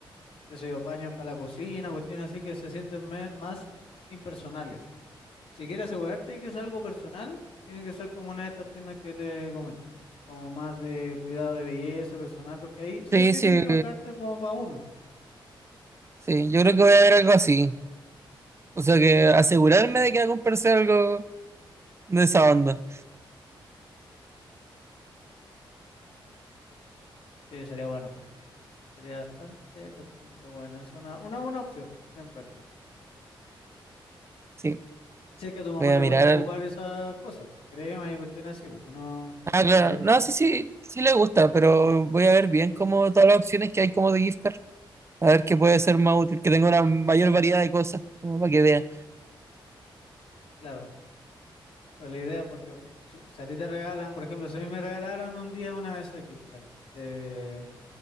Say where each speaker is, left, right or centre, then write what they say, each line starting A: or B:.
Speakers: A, on the left; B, on the right.
A: qué sé yo, paños para la cocina, cuestiones así que se sienten me- más impersonales. Si quieres asegurarte de que es algo personal, tiene que ser como una de estas tiendas que te comento, como más de cuidado de belleza personal, porque ahí sí
B: Sí,
A: o sí
B: sí,
A: tienes que comprarte como para uno.
B: sí. Yo creo que voy a ver algo así. O sea que asegurarme de que va a comprarse algo de esa banda.
A: Sí, sería bueno. Sería bastante, bastante bueno. Es una, una buena opción, yo encuentro.
B: Sí,
A: Si es que a tu mamá
B: voy a
A: le gusta
B: mirar.
A: ocupar esas cosas, pues créeme, hay cuestiones así, pues si no,
B: Ah, claro.
A: si sabes
B: No,
A: que-
B: sí, sí, sí le gusta, pero voy a ver bien como todas las opciones que hay como de gift card. A ver qué puede ser más útil, que tenga una mayor variedad de cosas, como para que vea,
A: claro, pues la idea, porque si, si a ti te regalan, por ejemplo, si a mí me regalaron un día una de esas gift cards de,